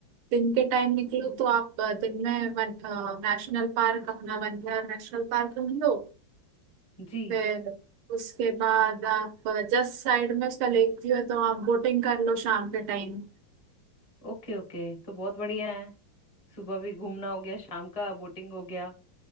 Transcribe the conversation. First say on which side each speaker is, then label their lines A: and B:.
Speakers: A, on the right (about 80°); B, on the left (about 20°).
A: दिन के टाइम निकलो तो आप अ, दिन में वन अ, नेशनल पार्क अपना वन विहार नेशनल पार्क घूम लो
B: जी
A: फिर उसके बाद आप जस्ट साइड में उसका लेक व्यू है तो आप बोटिंग कर लो शाम के टाइम
B: ओके ओके तो बहुत बढ़िया है सुबह भी घूमना हो गया शाम का बोटिंग हो गया